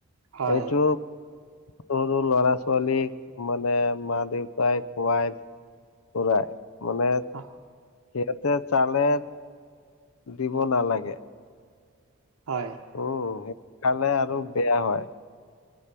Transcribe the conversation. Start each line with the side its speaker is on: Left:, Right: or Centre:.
Right: হয়।
Left: সেইটো সৰু ল'ৰা ছোৱালীক মানে মা দেউতাই খুৱাই কৰাই মানে
Right: অ'।
Left: সিহঁতে চালে দিব নালাগে।
Right: হয়।
Left: উম, সেইটো খালে আৰু বেয়া হয়।